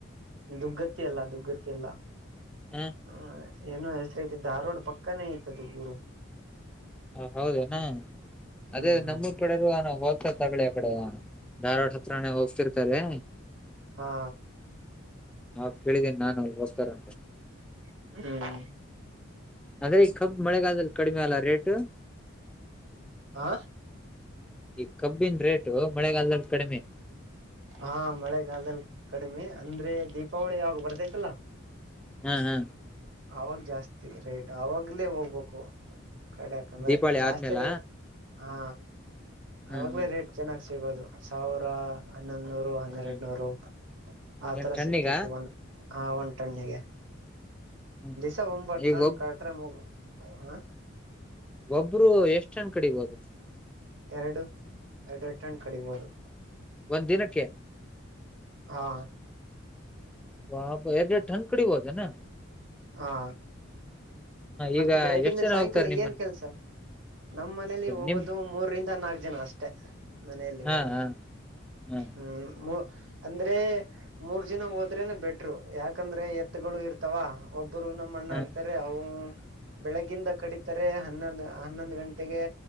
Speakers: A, on the right; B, in the centre.
A: ದುಗ್ಗತ್ತಿ ಅಲ್ಲ ದುಗ್ಗತ್ತಿ ಅಲ್ಲ
B: ಹ
A: ಹ್ಞಾಂ ಅದೇ. ಏನೋ ಹೆಸ್ರೈತಿ ಧಾರ್ವಾಡ್ ಪಕ್ಕಾನೇ ಐತದು ಊರು
B: ಆ ಹೌದೇನ?
A: ಹ್ಮ್
B: ಅದೇ ನಮ್ಮೂರ್
A: ಹ್ಮ್
B: ಕಡೆರೂ <unintelligible> ಹೋಲ್ಸೇಲ್ ತಗಳಿ <unintelligible> ಧಾರ್ವಾಡ್ ಹತ್ರನೇ ಹೋಗ್ತಿರ್ತಾರೆ.
A: ಹಾ
B: ನಾವ್ ಕೇಳಿದೀನ್ ನಾನು ಹೋಗ್ತಾರಾ
A: <unintelligible>
B: ಅಂದ್ರೆ ಈ ಕಬ್ ಮಳೆಗಾಲದಲ್ಲಿ ಕಡಿಮೆ ಅಲ್ಲ ರೇಟ್ ಟ.
A: ಆ.
B: ಈ ಕಬ್ಬಿನ್ ರೇಟು ಮಳೆಗಾಲ್ದಲ್ಲಿ ಕಡಿಮೆ.
A: ಹಾ ಮಳೆಗಾಲ್ದಲ್ ಕಡಿಮಿ ಅಂದ್ರೆ ದೀಪಾವಳಿ ಯಾವಾಗ್ ಬರ್ತೈತಲ
B: ಹಾಹಾ.
A: ಅವಾಗ್ ಜಾಸ್ತಿ ರೇಟ್, ಅವಾಗ್ಲೇ ಹೋಗ್ಬೇಕು. ಕಡೆಕ ಅಂದ್ರ
B: ದೀಪಾವಳಿ
A: ಜಾಸ್ತಿ
B: ಆದ್ಮೇಲ
A: ರೇಟ್ ಹಾ
B: ಹ್ಮ್
A: ಅವಾಗ್ಲೇ ರೇಟ್ ಚೆನ್ನಾಗ ಸಿಗೋದು ಸಾವಿರ ಹನ್ನೊಂದುನ್ರು ಹನ್ನೆರಡ್
B: ಹ್ಮ್
A: ನೂರು ಆತರ
B: ಹ್ಮ್ ಟನ್ನಿಗ
A: ಸಿಗತೈತಿ ಒ ಹಾ ಉಂಟುಣ್ಣಿಗೆ
B: ಹ್ಮ್
A: <unintelligible>
B: ಈಗ ಒಬ್
A: ಹಾ
B: ಒಬ್ರು ಎಷ್ಟ ಅಂತ ಕಡಿಬೋದು
A: ಎರಡು ಎರಡೆರಡು ಟನ್ ಕಡಿಬೋದು
B: ಒಂದ್ ದಿನಕ್ಕೆ
A: ಹಾ
B: ವಾ ಪಾ ಎರಡೆರಡು ಟನ್ ಕಡಿಬೋದೇನು
A: ಹಾ ಮತ್ತೆ
B: ಈಗ
A: ಬೆಳಗಿಂದ
B: ಎಷ್ಟ್ ಜನ
A: ಸಾಯಂಕಾಲ
B: ಹೋಗ್ತಾರೆ ನಿಮ್ಮ
A: ಏನ್ ಕೆಲ್ಸ ನಮ್ಮ್ ಮನೇಲಿ ಹೋಗೋದು
B: ನಿಮ್
A: ಮೂರರಿಂದ ನಾಕ ಜನ ಅಷ್ಟೇ ಮನೆಯಲ್ಲಿ
B: ಹಾ
A: ಹೋಗುದು
B: ಹಾ ಹಾ
A: ಹ್ಮ್ ಅಂದ್ರೆ ಮೂರ್ ಜಿನ ಹೋದ್ರೆನೆ ಬೆಟ್ರು ಯಾಕಂದ್ರೆ ಎತ್ಗಳು ಇರ್ತಾವ ಒಬ್ಬ ಒಬ್ಬರು ನಮ್ಮ ಅಣ್ಣ
B: ಹಾ
A: ಇರ್ತಾರೆ ಅವು ಬೆಳಗ್ಗಿಂದ ಕಡಿತಾರೆ ಹನ್ನೊಂದು ಹನ್ನೊಂದು್ ಗಂಟೆಗೆ